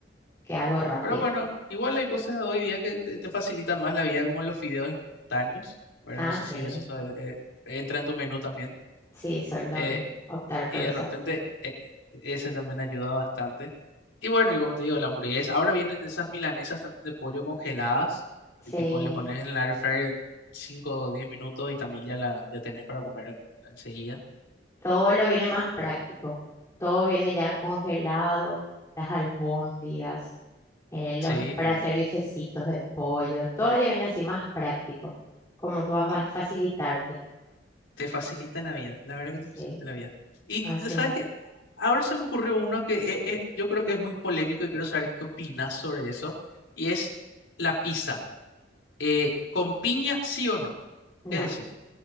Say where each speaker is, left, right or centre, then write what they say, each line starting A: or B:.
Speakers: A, on the left (about 15°); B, on the left (about 80°).
A: que algo rápido.
B: Pero bueno, igual hay cosas hoy día que te, te facilitan más la vida, como los fideos instantáneos, ¿verdad?
A: Ah,
B: No sé
A: sí,
B: si eso sabe- eh, entra en tu menú también.
A: sí, solo también
B: Eh,
A: optar por
B: Y de
A: esa
B: repente
A: opción.
B: eh, eh, ese también ayuda bastante. Y bueno, y como te digo, la hamburguesa. Ahora vienen esas milanesas también de pollo congeladas,
A: Sí,
B: que tipo le pones en el air fryer 5 o 10 minutos y también ya la ya tenés para comer en- enseguida.
A: todo lo viene más práctico. Todo viene ya congelado, las albóndigas. eh,
B: Sí,
A: los, para
B: también.
A: hacer bifecitos de pollo, todo ya viene así más práctico, como para
B: Y
A: facilitarte.
B: te facilita la vida, la verdad que
A: Sí,
B: te facilita la vida. Y
A: así
B: sabes
A: mismo.
B: que ahora se me ocurrió uno que eh, eh, yo creo que es muy polémico y quiero saber qué opinas sobre eso, y es la pizza. Eh, ¿con piña sí o no? ¿Qué
A: No,
B: decís?